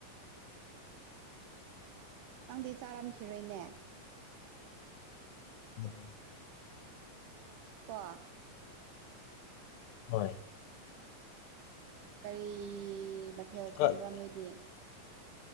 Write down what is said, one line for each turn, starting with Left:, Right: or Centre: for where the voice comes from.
Right: ꯅꯪꯗꯤ ꯆꯥꯔꯝꯈꯤꯔꯣꯏꯅꯦ
Left: <inaudible>
Right: ꯀꯣ
Left: ꯍꯣꯏ
Right: ꯀꯩ ꯃꯊꯦꯜ
Left: ꯍꯧꯖꯤꯛꯀꯥꯟ
Right: ꯊꯣꯡꯕ꯭ꯔ ꯅꯣꯏꯗꯤ